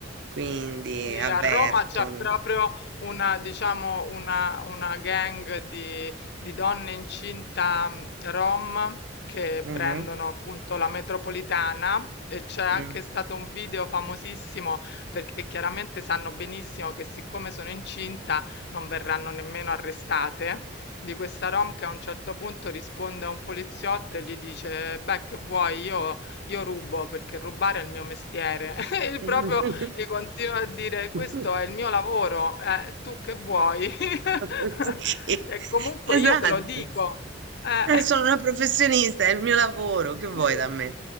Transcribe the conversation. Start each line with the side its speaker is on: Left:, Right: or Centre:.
Right: quindi
Left: Sì,
Right: avvertono.
Left: a Roma c'è proprio una, diciamo, una, una gang di, di donne incinta mh, rom che
Right: Mhm,
Left: prendono appunto la metropolitana e c'è anche
Right: mm,
Left: stato un video famosissimo perché chiaramente sanno benissimo che siccome sono incinta non verranno nemmeno arrestate di questa rom che a un certo punto risponde a un poliziotto e gli dice, beh, che vuoi, io, io rubo perché rubare è il mio mestiere. <laughs> E
Right: mhm.
Left: proprio gli continuo a dire questo
Right: <laughs>
Left: è il mio lavoro, eh, tu che vuoi? <laughs>
Right: <laughs> Sì,
Left: E comunque
Right: esatto.
Left: io te lo dico. Eh,
Right: Eh, sono una professionista, è il mio lavoro,
Left: <laughs>
Right: che vuoi
Left: sì,
Right: da me?